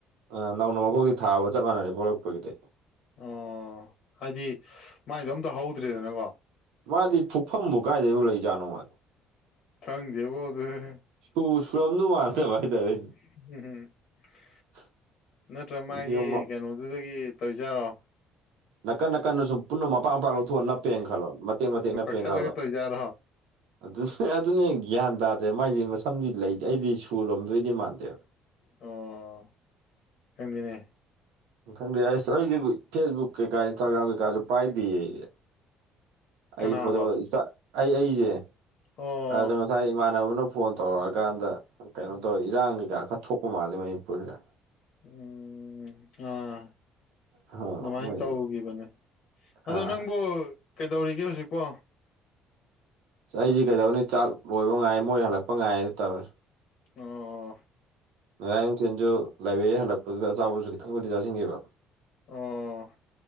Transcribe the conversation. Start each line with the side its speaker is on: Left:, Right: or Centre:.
Right: ꯑ ꯅꯧꯅ ꯃꯀ‌ꯣꯛꯗꯩ ꯊꯥꯕ ꯆꯞ ꯃꯥꯟꯅꯔꯦ ꯄ‌ꯣꯔꯛꯄꯒꯤꯗꯩ
Left: ꯑꯣ ꯍꯥꯏꯗꯤ ꯃꯥꯏꯗꯣ ꯑꯝꯇ ꯍꯧꯗ꯭ꯔꯦꯗꯅꯀꯣ
Right: ꯃꯥꯗꯤ ꯐꯨꯛꯐꯝꯕꯨ ꯀꯥꯏꯗꯩꯕꯨ ꯂꯩꯖꯥꯠꯅꯣ ꯃꯥ
Left: ꯈꯪꯗꯦꯕꯣ ꯑꯗꯨꯅ‌ꯦ
Right: ꯇꯨꯁꯨꯔꯝꯗꯨ <unintelligible> ꯍꯥꯏꯇꯥꯔ‌ꯦ
Left: <unintelligible>
Right: <unintelligible>
Left: ꯅꯠꯇ꯭ꯔ ꯃꯥꯒꯤ
Right: ꯌꯦꯡꯉꯣ
Left: ꯀꯩꯅꯣꯗꯨꯗꯒꯤ ꯇꯧꯏꯖꯥꯠꯔꯣ
Right: ꯅꯥꯀꯟ ꯅꯥꯀꯟꯗ ꯁꯨꯝ ꯄꯨꯟꯅ ꯃꯄꯥ ꯃꯄꯥ ꯂꯧꯊꯣꯛꯑꯒ ꯅꯞꯄꯦꯟ ꯈꯜꯂꯣ ꯃꯇꯦꯛ ꯃꯇꯦꯛ ꯅꯞꯄꯦꯟ
Left: ꯀꯛꯊꯠꯂꯒ
Right: ꯈꯜꯂꯣ
Left: ꯇꯧꯖꯥꯔꯣ
Right: ꯑꯗꯨ ꯑꯗꯨꯅꯦ ꯒ꯭ꯌꯥꯟ ꯇꯥꯗ꯭ꯔꯦ ꯃꯥꯏꯁꯦ ꯃꯁꯝꯗꯤ ꯂꯩꯇ‌ꯦ ꯑꯩꯗꯤ ꯁꯨꯔꯣꯝꯗꯣꯏꯗꯤ ꯃꯥꯟꯗꯦꯕ
Left: ꯑꯣ ꯈꯪꯗ‌ꯦꯅꯦ
Right: ꯈꯟꯕꯤ ꯌꯥꯏ ꯑꯁ ꯑꯩꯗꯤ ꯐꯦꯁ ꯕꯨꯛ ꯀꯩꯀꯥ ꯏꯟꯁꯇꯥꯒ꯭ꯔꯥꯝ ꯀꯩꯀꯥꯁꯨ ꯄꯥꯏꯗꯦꯌꯦ ꯑꯩ ꯑꯩꯖꯦ
Left: ꯀꯅꯥꯕꯣ
Right: ꯐꯣꯇꯣꯗ ꯑꯩ ꯑꯩꯖꯦ
Left: ꯑꯣ
Right: ꯑꯗ ꯉꯁꯥꯏ ꯏꯃꯥꯟ ꯁꯥꯟꯅꯕꯅ ꯐꯣꯟ ꯇꯧꯔꯛꯑꯀꯥꯟꯗ ꯀꯩꯅꯣ ꯇꯧꯔꯦ ꯏꯔꯥꯡ ꯀꯩꯀꯥ ꯈꯔ ꯊꯣꯛꯄ ꯃꯥꯜꯂꯦ ꯃꯅꯤꯄꯨꯔꯗ
Left: ꯎꯝ ꯑꯥ
Right: ꯑ
Left: ꯑꯗꯨꯃꯥꯏꯅ
Right: ꯃꯣꯏ
Left: ꯇꯧꯒꯤꯕꯅꯦ ꯑꯗꯣ
Right: ꯑꯥ
Left: ꯅꯪꯕꯨ ꯀꯩꯗꯧꯔꯤꯒꯦ ꯍꯧꯖꯤꯛꯄꯣ
Right: ꯑꯩꯁ ꯀꯩꯗꯧꯅꯤ ꯆꯥꯛ ꯂꯣꯏꯕ ꯉꯥꯏ ꯃꯣꯏ ꯍꯜꯂꯛꯄ ꯉꯥꯏ ꯑꯗꯨ ꯇꯧꯋꯤ
Left: ꯑꯣ
Right: ꯉꯔꯥꯡ ꯅꯨꯡꯊꯤꯟꯁꯨ ꯂꯥꯏꯕ꯭ꯔꯦꯔꯤ ꯍꯜꯂꯛꯄꯗꯨꯗ ꯑꯆꯥꯄꯣꯠꯁꯨ ꯈꯤꯇꯪꯕꯨꯗꯤ ꯆꯥꯁꯤꯟꯈꯤꯕ
Left: ꯑꯣ